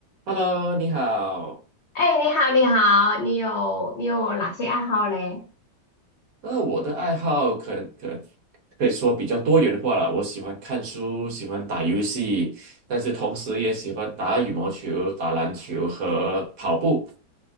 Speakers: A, on the right; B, on the left.
A: Hello，你好。
B: 哎，你好，你好，你有你有哪些爱好嘞？
A: 那我的爱好可可可以说比较多元化了。我喜欢看书，喜欢打游戏，但是同时也喜欢打羽毛球、打篮球和跑步。